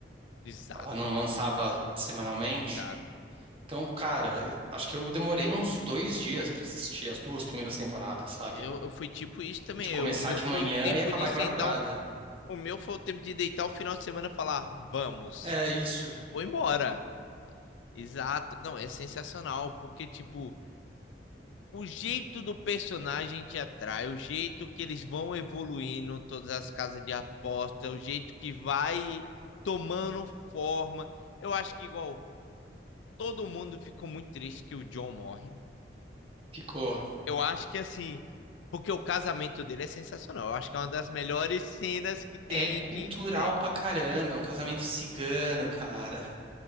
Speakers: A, on the left; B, on the right.
A: Exato,
B: Ela não lançava semanalmente.
A: picado.
B: Então, cara, acho que eu demorei uns dois dias pra assistir as duas primeiras temporadas, sabe?
A: Eu, eu fui tipo isso também.
B: De começar
A: Eu- o meu
B: de
A: foi
B: manhã
A: o tempo
B: e acabar
A: de sentar,
B: de madrugada.
A: o, o meu foi o tempo de deitar o final de semana e falar, vamos,
B: É isso.
A: vou embora. Exato. Não, é sensacional, porque, tipo, o jeito do personagem te atrai, o jeito que eles vão evoluindo, todas as casas de aposta, o jeito que vai tomando forma. Eu acho que, igual, todo mundo ficou muito triste que o John morre.
B: Ficou.
A: Eu acho que assim, porque o casamento dele é sensacional. Eu acho que é uma das melhores cenas que tem
B: É cultural
A: de série.
B: pra caramba. É um casamento cigano, cara.